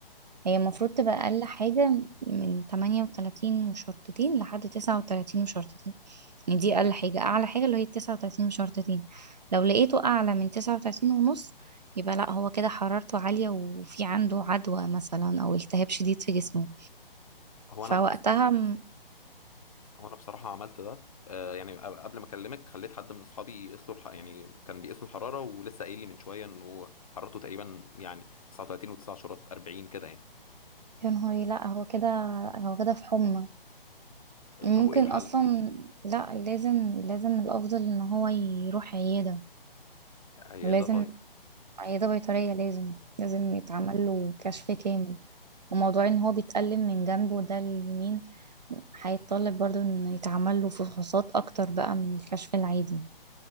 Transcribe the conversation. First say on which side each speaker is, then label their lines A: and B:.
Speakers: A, on the right; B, on the left.
A: هي المفروض تبقى اقل حاجه من 38 وشرطتين لحد 39 وشرطتين يعني دي اقل حاجه اعلى حاجه اللي هي 39 وشرطتين لو لقيته اعلى من 39 ونص يبقى لا هو كده حرارته عاليه وفي عنده عدوى مثلا او التهاب شديد في جسمه
B: هو
A: فوقتها
B: انا بس
A: م...
B: هو انا بصراحه عملت ده آه، يعني قب- قبل ما اكلمك خليت حد من اصحابي يقيس له الح... يعني كان بيقيس له الحراره ولسه قايل لي من شويه انه حرارته تقريبا يعني 39 و9 شرات 40 كده يعني
A: يا نهاري لا هو كده هو كده في حمى
B: آه،
A: ممكن
B: طب وايه الحل
A: اصلا لا لازم لازم الافضل ان هو يروح عياده
B: عياده
A: لازم
B: طيب
A: عياده بيطريه لازم لازم يتعمل له كشف كامل وموضوع ان هو بيتألم من جنبه ده اليمين هيتطلب برضو ان يتعمل له فحوصات اكتر بقى من الكشف العادي